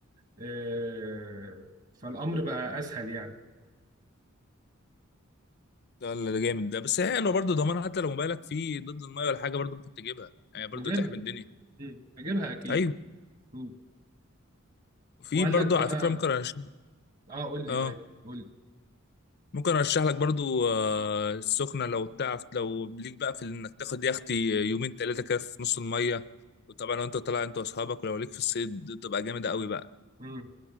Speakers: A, on the right (about 40°); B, on the left (about 50°).
A: آه فالامر بقى اسهل يعني
B: ده ولا ده جامد ده بس حلو برضو ضمان حتى لو موبايلك فيه ضد الميه ولا حاجه برضو ممكن تجيبها يعني برضو
A: نجيبها
B: تحمي الدنيا
A: امم نجيبها اكيد
B: ايوه
A: امم
B: في
A: وقال
B: برضو
A: لك بقى
B: على فكرة ممكن أرشح
A: اه قول لي
B: اه
A: طيب قول
B: ممكن أرشح لك برضو آه السخنة لو تعرف لو ليك بقى في إنك تاخد يختي يومين تلاتة كده في نص المية وطبعا لو أنت طالع أنت وأصحابك ولو ليك في الصيد دي تبقى جامدة أوي بقى
A: لي